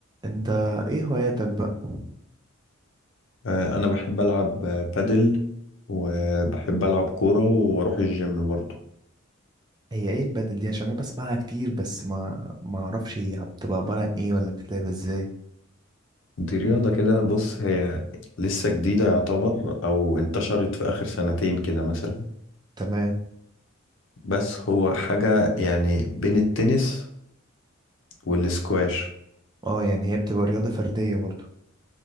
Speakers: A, on the right (about 20°); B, on the left (about 60°).
A: انت ايه هواياتك بقى
B: آه، انا بحب العب آه، بادل وبحب العب كورة واروح الجيم برضو
A: هي ايه البدل دي عشان انا بسمعها كتير بس ما ما اعرفش هي بتبقى عبارة عن ايه ولا بتتلعب ازاي
B: دي رياضة كده بص هي لسه جديدة يعتبر او انتشرت في اخر سنتين كده مثلا
A: تمام
B: بس هو حاجة يعني بين التنس والسكواش
A: اه يعني هي بتبقى رياضة فردية برضو